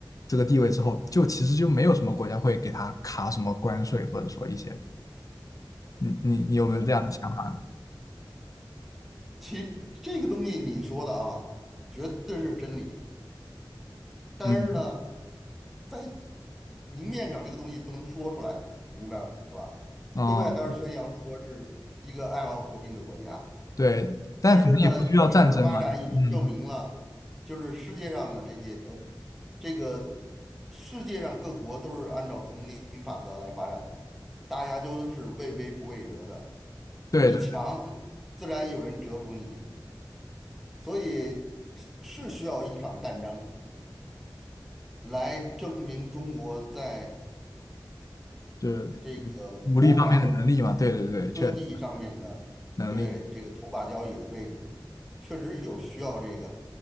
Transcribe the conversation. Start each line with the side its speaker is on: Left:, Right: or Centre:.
Left: 这个地位之后，就其实就没有什么国家会给他卡什么关税，或者说一些，你你你有没有这样的想法？
Centre: 其这个东西你说的啊，绝对是真理。但是呢，
Left: 嗯，
Centre: 在明面上这个东西不能说出来，明白吧？
Left: 哦，
Centre: 对外还是宣扬中国是一个爱好和平的国家。
Left: 对，但可能也不需要战争嘛，
Centre: 但是呢，历史的发展已经证明了，
Left: 嗯，
Centre: 就是世界上的这些呃，这个世界上各国都是按照丛林法则来发展的，大家都是畏威不畏德的。
Left: 对。
Centre: 你强，
Left: 的。
Centre: 自然有人折服你，所以是需要一场战争来证明中国在
Left: 就是
Centre: 这个国防。
Left: 武力方面的能力嘛，对对对，确实
Centre: 科技上面的，
Left: 能力，
Centre: 对这个头把交椅的位置，确实有需要这个